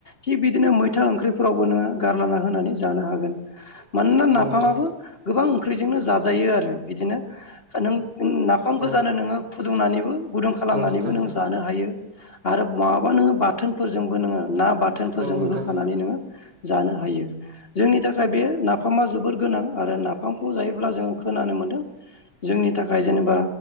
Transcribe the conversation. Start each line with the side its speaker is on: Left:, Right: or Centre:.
Left: थिग बिदिनो मैथा ओंख्रिफोरावबो नोङो गारा होनानै ज हागोन मानोना
Right: औ नोंथां
Left: नाफामाबबो गोबां ओंख्रिजोंनो जाजायो आरो बिदिनो नों नाफाम
Right: औ
Left: गोजानो नोङो फुदुंनानैबो गुदुं खालामनानैबो
Right: औ नोंथां
Left: नों जानो हायो आरो मङाबा नोङो बाथोनफोरजोंबो नोङो ना बाथोनफोरजोंबो
Right: औ नोंथां औ नोंथां औ नोंथां
Left: होफानानै
Right: औ नोंथां
Left: नोङो जानो हायो जोंनि थाखाय बे नाफामा जोबोर गोनां आरो नाफामखौ जायोब्ला जोङो खोनानो मोनदों जोंनि थाखाय जेनेबा